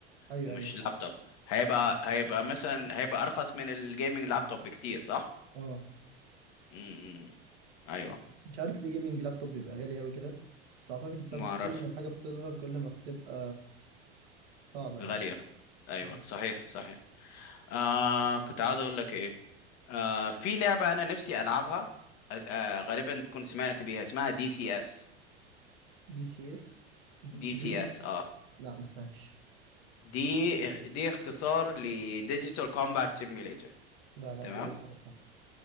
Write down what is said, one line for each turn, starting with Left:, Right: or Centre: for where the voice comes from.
Right: أيوه
Left: مش
Right: أيوه
Left: لابتوب هيبقى هيبقى مثلا هيبقى ارخص من الجيمنج لابتوب بكتير صح؟
Right: أه
Left: امم ايوه
Right: مش عارف ليه جيمنج لابتوب بيبقى غالي أوي كده بس أعتقد بسبب
Left: ما اعرف
Right: كل ما الحاجة بتصغر كل ما بتبقى صعبة يعني
Left: غالية ايوه
Right: مم.
Left: صحيح صحيح آه كنت عاوز اقول لك ايه آه في لعبة انا نفسي العبها آه آه، غالبا تكون سمعت بيها اسمها دي سي اس
Right: دي سي اس د-
Left: دي
Right: دريم
Left: سي اس اه
Right: لا ما سمعتش
Left: دي دي اختصار لديجيتال كومبات سيميوليتر
Right: لا لا
Left: تمام
Right: دي أول مرة أسمعها